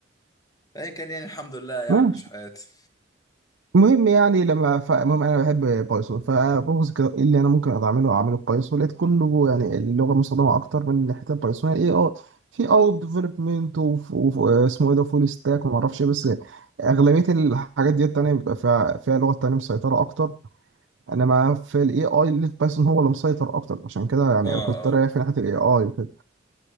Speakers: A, on the left; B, on the right.
A: فأيا كان يعني الحمد لله يعني
B: ماشي
A: مش حياتي
B: المهم يعني لما فالمهم انا بحب بايثون فببص كده ايه اللي انا ممكن أقدر اعمله اعمله بايثون لقيت كله يعني اللغه المستخدمه اكتر من حته بايثون اي اه في او ديفلوبمنت واسمه ايه ده فول ستاك وما اعرفش إيه، بس اغلبيه الحاجات دي التانيه بيبقى فيها فيها لغه تانيه مسيطره اكتر انما في الاي اي اللي في بايثون هو اللي مسيطر اكتر عشان كده يعني
A: اه
B: كنت رايح
A: آه.
B: في ناحيه الاي اي وكده